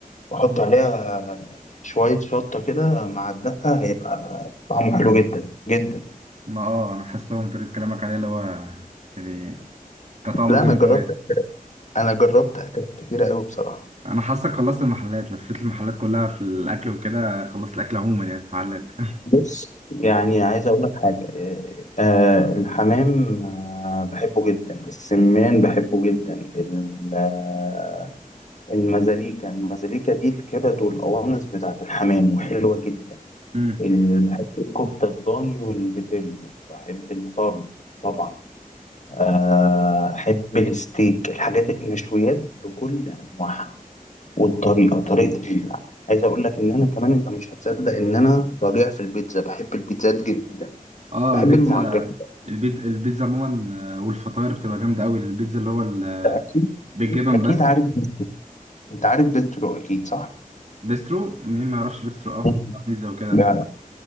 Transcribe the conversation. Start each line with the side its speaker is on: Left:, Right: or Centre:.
Left: وحط عليها شويه شطه كده مع الدقه هيبقى طعمه حلو جدا جدا
Right: ما اه انا حاسس لو من طريقه كلامك عليه اللي هو يعني كطعمه
Left: لا
Right: جامد
Left: انا جربت
Right: قوي
Left: انا جربت اكلات كتيره قوي بصراحه
Right: انا حاسك خلصت المحلات لفيت المحلات كلها في الاكل وكده خلصت الاكل عموما يعني في المحلات <laughs>
Left: بص يعني عايز اقول لك حاجه آه آه، الحمام آه بحبه جدا السمان بحبه جدا ال- آه، المزاليكا المزاليكا دي الكبد والقوانص بتاعت الحمام وحلوه جدا
Right: أمم.
Left: ال- بحب الكفته الضاني والبتلو بحب الطرب طبعا آه، احب الستيك الحاجات المشويات بكل انواعها والطريقه طريقه العمل عايز اقول لك ان انا كمان انت مش هتصدق ان انا بضيع في البيتزا بحب البيتزا جدا
Right: اه
Left: بحب
Right: البيتزا
Left: المعجنات
Right: البيتزا البيتزا عموما آه، والفطاير بتبقى جامده قوي البيتزا اللي هو ال- آه،
Left: اكيد
Right: بالجبن
Left: اكيد
Right: بس
Left: عارف انت عارف بيسترو اكيد صح
Right: بيسترو مين ما يعرفش بيسترو اه
Left: مم.
Right: بيتزا وكده
Left: ده